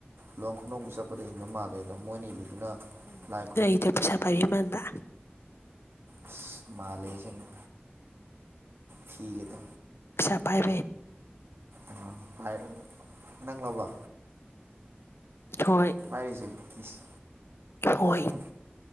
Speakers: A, on the right; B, on the left.
A: ꯂꯨꯍꯣꯡ ꯈꯣꯡꯗꯣꯡꯕ ꯆꯠꯄꯗ ꯏꯟꯕ ꯃꯥꯜꯂꯦ ꯑꯗ ꯃꯣꯏꯅ ꯏꯜꯂꯤꯗꯨꯅ
B: ꯎꯝ
A: ꯂꯥꯏ
B: ꯗ ꯑꯩꯗꯨ ꯄꯩꯁꯥ ꯄꯥꯢꯕꯤ ꯃꯥꯟꯕ
A: ꯑꯁ ꯃꯥꯂꯦ ꯑꯁꯦꯡꯕ ꯐꯤꯒꯗꯣ
B: ꯄꯩꯁꯥ ꯄꯥꯏꯕꯩ
A: ꯑ ꯐ ꯅꯪꯂꯕ
B: ꯍꯣꯏ꯫
A: ꯄꯥꯏꯔꯤꯖꯦ ꯏꯁ
B: ꯍꯣꯏ
A: ꯍꯨꯡ